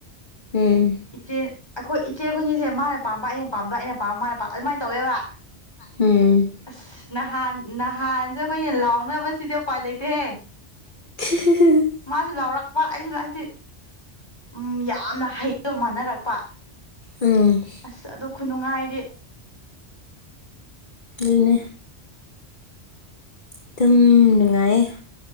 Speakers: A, on the left (about 45°); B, on the left (about 20°).
A: ꯎꯝ
B: ꯏꯆꯦ ꯑꯩꯈꯣꯏ ꯏꯆꯦ ꯑꯩꯈꯣꯏꯅꯤꯁꯦ ꯃꯥꯅ ꯄꯥꯝꯕ ꯑꯩꯅ ꯄꯥꯝꯕ ꯑꯩꯅ ꯄꯥꯝꯕ ꯃꯥꯅꯥ ꯄꯥꯝ ꯑꯗꯨꯃꯥꯏꯅ ꯇꯧꯋꯦꯕ
A: ꯎꯝ
B: ꯑꯁ ꯅꯍꯥꯟ ꯅꯍꯥꯟꯁꯦ ꯑꯩꯈꯣꯏꯅ ꯂꯥꯎꯅꯕꯁꯤꯗꯤ ꯎꯄꯥꯏ ꯂꯩꯇꯦꯍꯦ
A: <inaudible>
B: ꯃꯥꯁꯨ ꯂꯥꯎꯔꯛꯄ ꯑꯩꯁꯨ ꯂꯥꯛꯁꯦ ꯎꯝ ꯌꯥꯝꯅ ꯍꯩꯕ ꯃꯥꯟꯅꯔꯛꯄ
A: ꯎꯝ
B: ꯑꯁ ꯑꯗꯨ ꯈꯨꯅꯨꯡꯉꯥꯏꯗꯤ
A: ꯑꯗꯨꯅꯦ ꯑꯗꯨꯝ ꯅꯨꯡꯉꯥꯏꯌꯦ